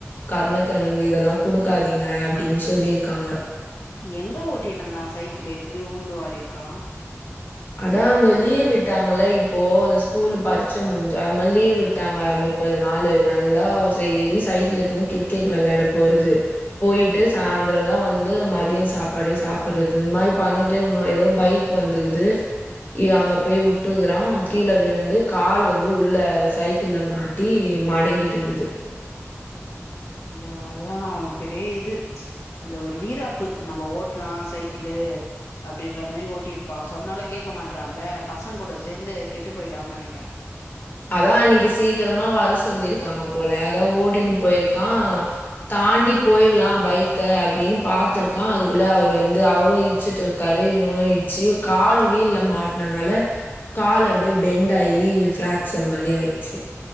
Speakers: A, on the left (about 40°); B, on the left (about 75°).
A: கர்ணகெழங்கு இதெல்லா குடுக்காதீங்க அப்டின்னு சொல்லிருக்காங்க
B: எங்க ஓட்டினுந்தா சைக்கிலு இப்டி உழுந்து வாரி இருக்கா
A: அதா அந்த லீவ் விட்டாங்கல்ல இப்போ அந்த ஸ்கூல் பரிச்ச முடிஞ் அது மாரி லீவ் விட்டாங்க முப் ப்பது நாலு நல்லா டெய்லி சைக்கிள் எடுதுன்னு கிரிக்கெட் வெளையாட போறது போயிட்டு சாயந்திர தா வந்து அந்த மதிய சாப்பாடே சாப்டுறது இந்த மாரி பண்ணிட்டு ஏதோ பைக் வந்துக்குது இ அங்க போய் விட்டுக்கறா கீழே விழுந்து கால் வந்து உள்ள சைக்கிள்ல மாட் ட்டி மடங்கிட்டு இருக்குது
B: ஓ அதா பெரிய இது அந்த ஒரு வீராப்பு நம்ப ஓட்லா சைக்கிளு அப்படின்ற மாரி ஓட்டியிருப்பா சொன்னாலோ கேட்க மாட்றால பசங்க கூட சேந்து கெட்டு போயிட்டான்னு நெனைக்கிறே
A: அதா அன்னிக்கி சீக்கிரமா வர சொல்லியிருக்காங்க போல அதா ஓடின்னு போயிருக்கா தாண்டி போயிர்லா பைக்க அப்டின்னு பாத்துருக்கா அதுக்குள்ள அவர் வந்து அவரு இச்சுட்டு இரு காரு இவனு இட்சி கால் வீல்ல மாட்னனால கால் அப்டியே பெண்ட் ஆயி ஃபிராக்சர் மாரி ஆயிட்ச்சி